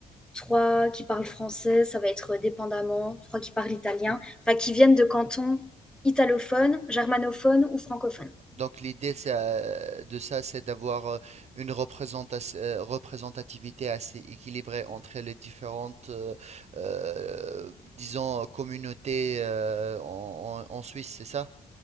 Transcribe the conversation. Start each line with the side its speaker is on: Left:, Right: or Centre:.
Centre: trois qui parlent français, ça va être dépendamment, trois qui parlent italien,
Right: hmm
Centre: enfin qui viennent de cantons italophones, germanophones ou francophones.
Right: Donc l'idée c'est, euh, de ça, c'est d'avoir euh, une représentas- euh, représentativité assez équilibrée entre les différentes, euh, euh, disons, communautés euh, en, en- en Suisse, c'est ça?